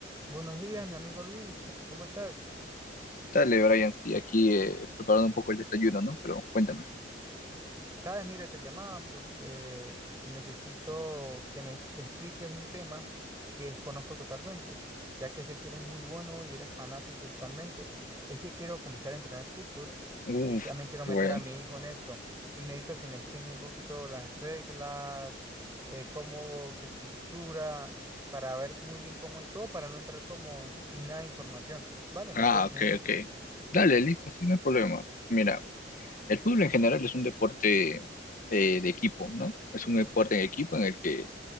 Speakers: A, on the right; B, on the left.
A: Buenos días, mi amigo Luis, ¿cómo estás?
B: Dale, Brian, sí, aquí eh, preparando un poco el desayuno, ¿no? Pero cuéntame.
A: Sabes, mire, te llamaba porque necesito que me expliques un tema que desconozco totalmente, ya que sé que eres muy bueno y eres fanático totalmente. Es que quiero comenzar a entrenar fútbol
B: Uf,
A: y que también quiero
B: qué
A: meter
B: bueno.
A: a mi hijo en esto. Y necesito que me enseñe un poquito las reglas, eh, cómo se estructura, para ver muy bien cómo es todo, para no entrar como sin nada de información. ¿Vale?
B: Ah,
A: ¿Me puedes
B: ok,
A: enseñar un poquito?
B: ok. Dale, listo, sí, no hay problema. Mira, el fútbol en general es un deporte eh, de equipo, ¿no? Es un deporte en equipo en el que